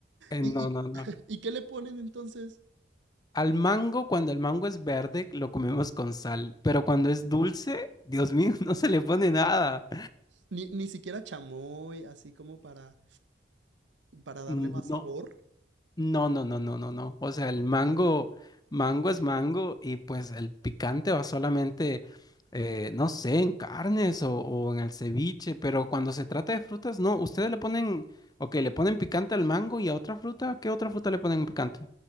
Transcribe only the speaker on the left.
Eh,
no,
no, no.
Al mango, cuando el mango es verde, lo comemos con sal, pero cuando es dulce, Dios mío, <laughs> no se le pone nada.
No.
No, no, no, no, no, no. O sea, el mango, mango es mango y pues el picante va solamente, eh, no sé, en carnes o, o en el ceviche, pero cuando se trata de frutas, no, ustedes le ponen, ok, le ponen picante al mango y a otra fruta, ¿qué otra fruta le ponen picante?